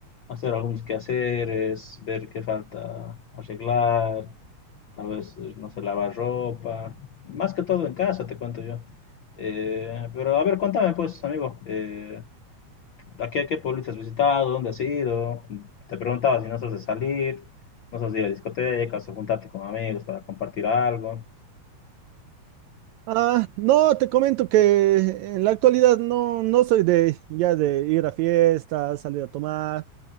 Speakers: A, on the left (about 80°); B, on the right (about 80°).
A: hacer algunos quehaceres, ver qué falta arreglar. tal vez, eh, no se lava ropa, más que todo en casa, te cuento yo. Eh, pero a ver, cuéntame pues, amigo, eh, ¿a qué, qué pueblito has visitado? ¿Dónde has ido? Te preguntaba si no sos de salir, no sos de ir a discotecas o juntarte con amigos para compartir algo.
B: Ah, no, te comento que en la actualidad no, no soy de ya de ir a fiestas, salir a tomar,